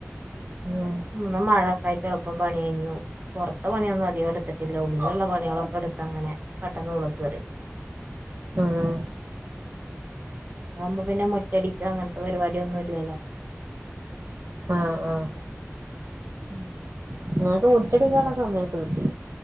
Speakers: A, on the right (about 55°); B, on the right (about 40°).
A: ആഹ്
B: ഇന്നും മഴൊക്കായിട്ട് എളുപ്പം പണി കഴിഞ്ഞു പൊറത്ത പണിയൊന്നും അധികം എടുത്തി ട്ടില്ല ഉള്ളിലുള്ള പണികളൊക്കെ എടുത്ത് അങ്ങനെ പെട്ടെന്ന്ഉളുക്കേറി
A: ആഹ്
B: അമ്പോ പിന്നെ മുറ്റടിക്ക അങ്ങനത്തെ പരിപാടിയൊന്നും ഇല്ലല്ലോ
A: ആഹ് ആഹ്
B: ഉം
A: <unintelligible> മുറ്റടിക്കാനുള്ള സമയൊക്കെ കിട്ടി